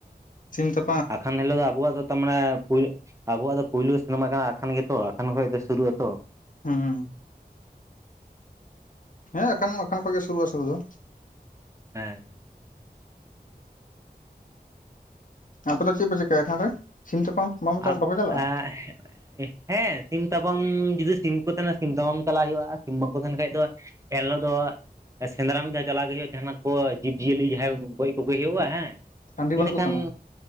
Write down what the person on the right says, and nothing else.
ᱟᱠᱷᱟᱱ ᱦᱤᱞᱚᱜ ᱫᱚ ᱟᱵᱚᱣᱟᱜ ᱫᱚ ᱛᱟᱨᱢᱟᱱᱮ ᱯᱩᱭᱞᱮᱜ ᱟᱵᱚᱣᱟᱜ ᱫᱚ ᱯᱩᱭᱞᱳ ᱥᱤᱱᱮᱢᱟ ᱠᱟᱱᱟ ᱟᱷᱟᱱ ᱜᱮᱛᱚ ᱟᱠᱷᱟᱱ ᱠᱷᱚᱡ ᱫᱚ ᱥᱩᱨᱩᱜ ᱟᱛᱚ᱾
ᱦᱮᱸ ᱾
ᱟᱠ
ᱮᱸᱜ ᱮᱜ ᱦᱮᱸ ᱥᱤᱢ ᱛᱟᱯᱟᱢ ᱡᱩᱫᱤ ᱥᱤᱢ ᱠᱚ ᱛᱟᱦᱮᱱᱟ ᱥᱤᱢ ᱛᱟᱯᱟᱢ ᱪᱟᱞᱟ ᱦᱩᱭᱩᱜ-ᱟ ᱥᱤᱢ ᱵᱟᱠᱠᱚ ᱛᱟᱦᱮᱱ ᱠᱷᱟᱡ ᱫᱚ, ᱮᱱᱦᱤᱞᱳᱜ ᱫᱚ ᱥᱮᱸᱫᱽᱨᱟ ᱢᱤᱫ ᱫᱷᱟᱣ ᱪᱟᱞᱞᱟᱣ ᱜᱮ ᱦᱩᱭᱩᱜ-ᱟ ᱡᱟᱦᱱᱟᱜ ᱠᱚ ᱡᱤᱵᱽ ᱡᱤᱭᱟᱹᱞᱤ ᱡᱟᱦᱟᱸᱭ ᱜᱚᱡ ᱠᱚᱜᱮ ᱦᱩᱭᱩᱜ- ᱟ ᱦᱮᱸ,
ᱮᱱᱮᱹᱠᱷᱟᱱ